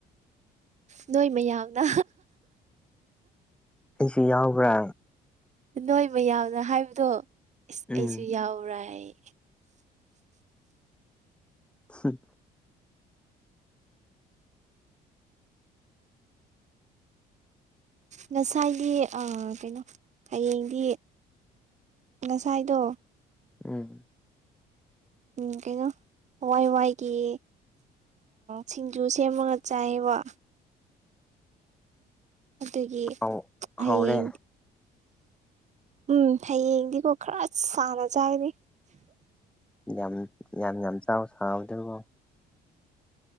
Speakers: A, on the right; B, in the centre.
A: ꯅꯣꯏ ꯃꯌꯥꯝꯅ
B: ꯑꯩꯁꯨ ꯌꯥꯎꯕ꯭ꯔꯥ
A: ꯅꯣꯏ ꯃꯌꯥꯎꯅ ꯍꯥꯏꯕꯗꯣ ꯏꯁ
B: ꯎꯝ
A: ꯑꯩꯁꯨ ꯌꯥꯎꯕꯔꯥꯌ‌ꯦ
B: ꯍꯝ
A: ꯉꯁꯥꯏꯒꯤ ꯑꯥ ꯀꯩꯅꯣ ꯍꯌꯦꯡꯗꯤ ꯉꯁꯥꯏꯗ‌ꯣ
B: ꯎꯝ
A: ꯍ ꯀꯦꯉ ꯍꯋꯥꯏ ꯋꯥꯏꯒꯤ ꯁꯤꯡꯖꯨ ꯁꯦꯝꯃꯒ ꯆꯥꯏꯑꯕ ꯑꯗꯨꯒꯤ
B: ꯍꯥꯎ
A: ꯍꯌꯦꯡ
B: ꯍꯥꯎꯔꯦ
A: ꯎꯝ ꯍꯌꯦꯡꯗꯤꯀꯣ ꯈꯔ ꯁꯥꯟꯅ ꯆꯥꯏꯅꯤ
B: ꯌꯥꯝ ꯌꯥꯝ ꯌꯥꯝ ꯆꯥꯎ ꯁꯥꯎꯕꯗꯕꯣ